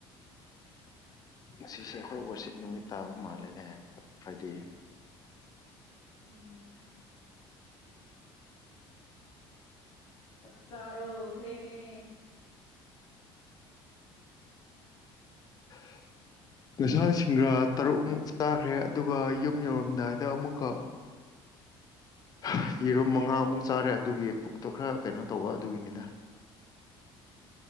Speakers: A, on the left (about 30°); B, on the left (about 50°).
A: ꯉꯁꯤꯁꯦ ꯑꯩꯈꯣꯏ ꯋꯥꯔꯁꯤꯞ ꯅꯨꯃꯤꯠ ꯇꯥꯕ ꯃꯥꯜꯂꯦꯅꯦ ꯐ꯭ꯔꯥꯏꯗꯦ
B: ꯎꯝ ꯆꯥꯛ ꯆꯥꯔꯣ ꯊꯦꯡꯉꯦ
A: <inaudible> ꯉꯁꯥꯏ ꯁꯤꯡꯒ꯭ꯔꯥ ꯇꯔꯨꯛ ꯑꯃꯨꯛ ꯆꯥꯈ꯭ꯔꯦ ꯑꯗꯨꯒ ꯌꯨꯝ ꯌꯧꯔꯝꯗꯥꯏꯗ ꯑꯃꯨꯛꯀ <inaudible> ꯍꯥ ꯌꯦꯔꯨꯝ ꯃꯉꯥꯃꯨꯛ ꯆꯥꯔꯦ ꯑꯗꯨꯒꯤ ꯄꯨꯛꯇꯣ ꯈꯔ ꯀꯩꯅꯣ ꯇꯧꯕ ꯑꯗꯨꯒꯤꯅꯤꯗ